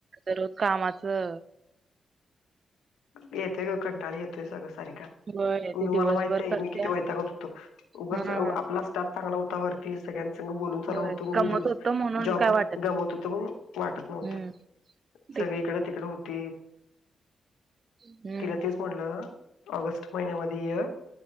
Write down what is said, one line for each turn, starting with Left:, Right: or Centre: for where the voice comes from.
Right: दरोज कामाचं.
Left: येतोय ग कंटाळी येतोय सगळं सार का
Right: होय,
Left: म
Right: ते दिवसभर
Left: मला माहितय
Right: करत्या.
Left: मी किती वैतागत होतो उगच
Right: हा
Left: आपला- स्टाप चांगला होतावरती सगळ्या बोलून चाल
Right: होय
Left: नत म्हणून
Right: कमवत
Left: दिवस
Right: होतो म्हणून
Left: जॉबर
Right: काय वाटत नाही.
Left: गमवत होत म्हणून वाटत नव्हतं.
Right: हम्म
Left: सगळी
Right: ते
Left: इकडें तिकडे होती.
Right: हम्म
Left: तिला तेच म्हटलं ऑगस्ट महिन्यामध्ये